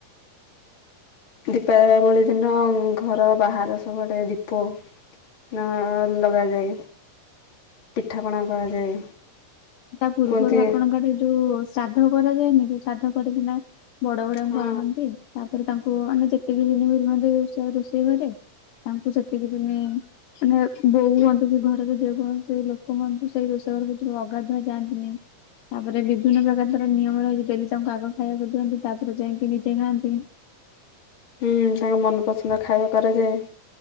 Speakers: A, on the left (about 40°); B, on the left (about 75°).
A: ଦୀପାବଳି ଦିନ ଘର ବାହାର ସବୁଆଡ଼େ ଦୀପ ନ ଲଗାଯାଏ ପିଠାପଣା କରାଯାଏ।
B: ତା ପୂର୍ବରୁ
A: କୁହନ୍ତି
B: ଆପଣଙ୍କ ଆଡେ ଯୋଉ ଶ୍ରାଧ କରାଯାଏନିକି ଶ୍ରାଧ କରିକିନା ବଡ ବଡବଡୁଆଙ୍କୁ
A: ହଁ
B: ଆଣନ୍ତି ତାପରେ ତାଙ୍କୁ ମାନେ ଯେତିକିଦିନି ବି ରୁହନ୍ତି ରୋଷ ରୋଷେଇ ଘରେ ତାଙ୍କୁ ସେତିକି ଦିନି ମାନେ ବୋହୂ ହୁଅନ୍ତୁକି ଘରର ଯେକୌଣସି ଲୋକ ହୁଅନ୍ତୁ ସେଇ ରୋଷେଇ ଘରଭିତରୁକୁ ଅଗ ଗାଧୁଆ ଯାଆନ୍ତିନି। ତାପରେ ବିଭିନ୍ନ ପ୍ରକାର ତାର ନିୟମ ରହିଛି ଡେଲିତାଙ୍କୁ ଆଗ ଖାଇବାକୁ ଦିଅନ୍ତି ତାପରେ ଯାଇକି ନିଜେ ଖାଆନ୍ତି।
A: ହୁଁ ତାଙ୍କ ମନପସନ୍ଦ ଖାଇବା କରାଯାଏ।